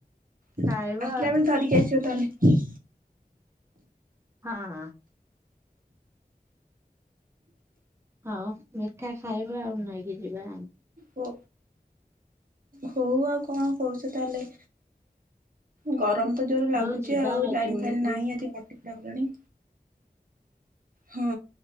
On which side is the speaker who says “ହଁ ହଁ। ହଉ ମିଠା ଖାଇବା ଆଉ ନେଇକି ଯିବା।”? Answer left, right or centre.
Right